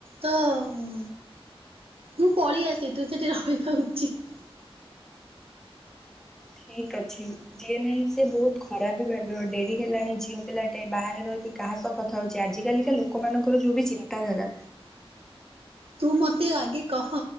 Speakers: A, on the right; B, in the centre.
A: ତ ଉଁ। ମୁଁ ପଳେଇ ଆସି ତୁ ସେଠି ରହିବା ଉଚିତ।
B: ଠିକ ଅଛି। ଯିଏ ନାହିଁ ସିଏ ବହୁତ ଖରାପ ବି ଭାବିବ ଡେରି ହେଲାଣି ଝିଅ ପିଲା ଟେ ବାହାରେ ରହି କାହା ସହ କଥା ହୋଉଚି ଆଜି କାିକା ଲୋକମାନାନଙ୍କର ଯୋଉ ବି ଚିନ୍ତାଧାରା।
A: ତୁ ମତେ ଆଗେ କହ?